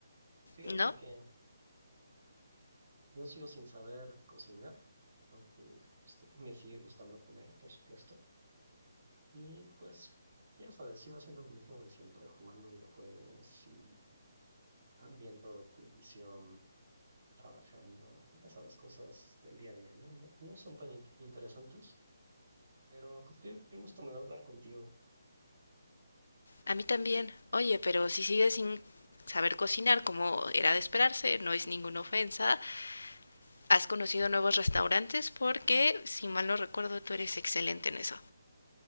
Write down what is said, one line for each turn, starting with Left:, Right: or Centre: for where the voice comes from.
Right: Fíjate
Left: ¿No?
Right: que yo sigo sin saber cocinar, aunque sí me sigue gustando comer, por supuesto. Y pues, ya sabes, sigo haciendo lo mismo de siempre, jugando videojuegos y ah, viendo televisión, trabajando, ya sabes, cosas del día a día, ¿no? No, no son tan int- interesantes Pero pues qué, qué gusto me da hablar contigo.
Left: A mí también. Oye, pero si sigues sin saber cocinar como era de esperarse, no es ninguna ofensa, has conocido nuevos restaurantes porque, si mal no recuerdo, tú eres excelente en eso.